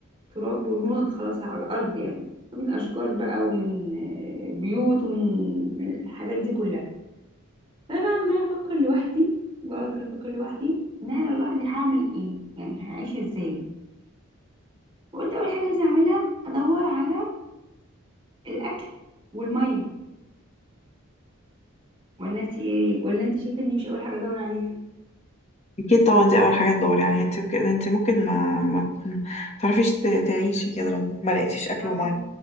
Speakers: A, on the right; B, on the left.
A: تراب ورماد خلاص على الأرض يعني من أشجار بقى ومن آه، بيوت ومن آه، الحاجات دي كلها فأنا بقى عمالة أفكر لوحدي بقعد كده أفكر لوحدي إن أنا لو لوحدي هعمل إيه يعني هعيش إزاي فقلت أول حاجة لازم أعملها أدور على الأكل والمية ولا أنت إيه ولا أنت شايفة إني مش أول حاجة أدور عليها
B: اكيد طبعا دي اول حاجة تدوري عليها انتي كده انتي ممكن ما ما تعرفيش ت- تعيشي كده لو ما لقيتيش اكل
A: ما
B: ومية